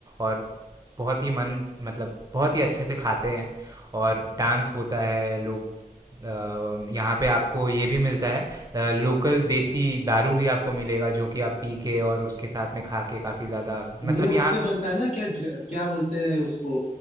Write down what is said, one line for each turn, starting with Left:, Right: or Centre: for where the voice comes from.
Right: और बहुत ही मन मतलब बहुत ही अच्छे से खाते हैं और डांस होता है लोग अ, यहाँ पे आपको ये भी मिलता है अ, लोकल देसी दारू भी आपको मिलेगा जो कि आप पी के और उसके साथ में खा के काफ़ी ज़्यादा मतलब
Left: वो इससे
Right: यहाँ
Left: बनता
Right: का
Left: है ना क्या ज, क्या बोलते हैं उसको